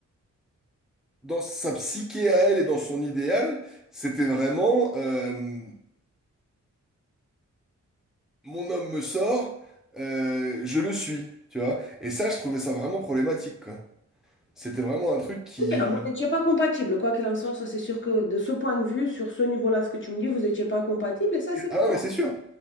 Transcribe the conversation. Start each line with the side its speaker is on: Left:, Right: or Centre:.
Centre: dans sa psyché à elle et dans son idéal, c'était vraiment. euh, mon homme me sort, euh, je le suis, tu vois. Et ça, je trouvais ça vraiment problématique, quoi. C'était vraiment un truc qui...
Left: Ah, Vous n'étiez pas compatible, quoi qu'il en soit, ça c'est sûr que de ce point de vue, sur ce niveau-là, ce que tu me dis, vous n'étiez pas compatible et ça c'est
Centre: Ah
Left: pas.
Centre: non, mais c'est sûr,